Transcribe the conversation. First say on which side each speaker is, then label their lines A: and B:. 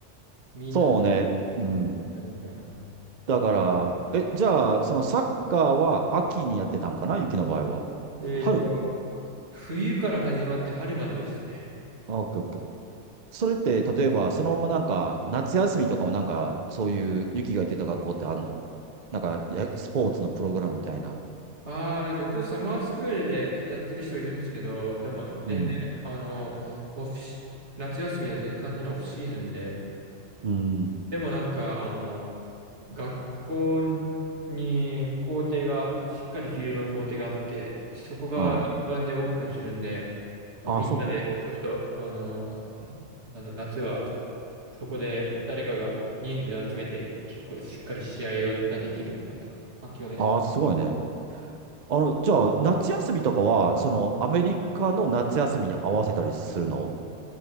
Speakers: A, on the right; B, on the right.
A: みんなで
B: そうね。うん。
A: やるみたいな。
B: だから、え、じゃあ、そのサッカーは秋にやってたんかな雪の場合は。
A: えっと、
B: 春
A: 冬から始まって春まででしたね。
B: あ、オッケーオッケー。それって、例えば、そのままなんか、夏休みとかもなんか、そういう雪が言ってた学校ってあんのなんか、や、スポーツのプログラムみたいな。
A: ああ、なんか一応サマースクールでやってる人いるんですけど、でも全然、
B: うん。
A: あの、オフシ、夏休みは全完全にオフシーズンで、
B: うん。
A: でもなんか、あの、学校に校庭が、しっかりフィールドの校庭があって、そこが一般でオープンするんで、
B: あ
A: まあ、
B: あ、
A: みんなでちょっと、
B: あ、そうか。
A: あの、なな夏はそこで誰かが人数集めて結構しっかり試合をができるみたいな環境でしたね。
B: ああ、すごいね。あの、じゃあ、夏休みとかは、その、アメリカの夏休みに合わせたりするの